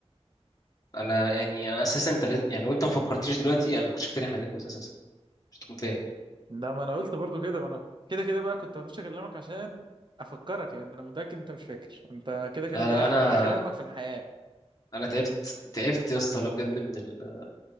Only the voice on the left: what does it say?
انا يعني انا اساسا انت لازم- يعني لو انت ما فكرتنيش دلوقتي انا ما كنتش افتكر هنتجوز اساسا مش تكون فاهم يعني.
لا
لا
انا
انا تعبت تعبت يا اسطى لا بجد من ال...